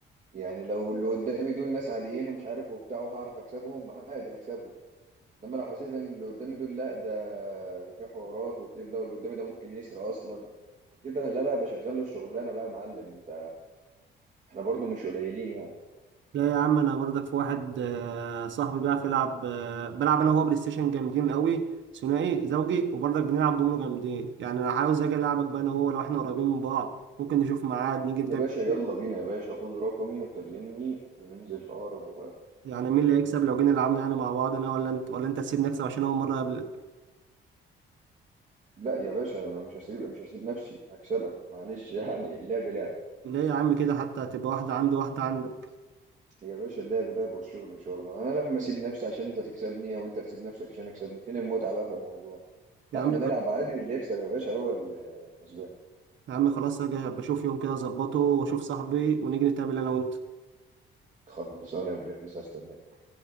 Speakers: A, on the right; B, on the right.
A: يعني لو اللي قدامي دول ناس عاديين ومش عارف وبتاع وهعرف اكسبهم عادي هكسبهم انما لو حسيت ان اللي قدامي دول لا ده ده في حوارات وكده واللي قدامي ده ممكن يسرق اصلا وكده لا بقى بشغل له الشغلانه بقى يا معلم انت احنا برضو مش قليلين يعني
B: لا يا عم انا برضك في واحد آه، صاحبي بيعرف يلعب آه، بلعب انا وهو بلاي ستيشن جامدين قوي ثنائي زوجي وبرضك بنلعب دومينو جامدين يعني انا عاوز اجي العبك بقى انا وهو لو احنا قريبين من بعض ممكن نشوف ميعاد نيجي نتقابل
A: يا باشا يلا بينا يا باشا خد رقمي وكلمني وننزل في اقرب وقت
B: يعني
A: و...
B: مين اللي هيكسب لو جينا لعبنا يعني مع بعض انا ولا انت ولا انت تسيبني اكسب عشان اول مره اقابلك
A: لا يا باشا انا مش هسيب مش هسيب نفسي هكسبك معلش يعني اللعب لعب
B: ليه يا عم كده حتى هتبقى واحده عندي واحده عندك
A: يا باشا اللعب لعب والشغل شغل انا لما اسيب نفسي علشان انت تكسبني او انت تسيب نفسك عشان اكسبني فين المتعة بقى في الموضوع
B: يا
A: لا
B: عم
A: احنا نلعب عادي واللي يكسب يا باشا هو الكسبان
B: يا عم خلاص هاجي بشوف يوم كده اظبطه واشوف صاحبي ونيجي نتقابل انا وانت
A: خلصانه يا برنس هستناك